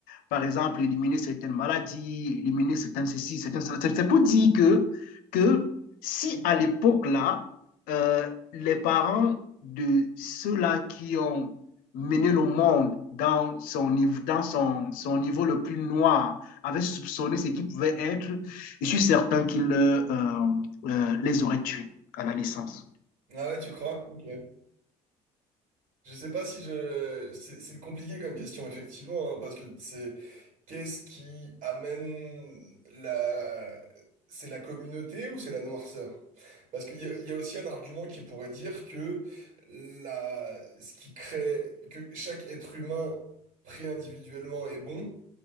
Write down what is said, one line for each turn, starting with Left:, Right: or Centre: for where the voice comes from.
Left: Par exemple, éliminer certaines maladies, éliminer certaines ceci, certaines cela. C'est pour dire que, que si à l'époque-là, euh, les parents de ceux-là qui ont mené le monde dans son niveau, dans son, son niveau le plus noir, avaient soupçonné ce qui pouvait être, je suis certain qu'ils euh, euh, les auraient tués à la naissance.
Right: Ah ouais, tu crois? Ok. Je sais pas si je. C'est c'est compliqué comme question, effectivement, hein, parce que c'est. Qu'est-ce qui amène la... C'est la communauté ou c'est la noirceur? Parce qu'il y a, il y a aussi un argument qui pourrait dire que la... ce qui crée, que chaque être humain pris individuellement est bon,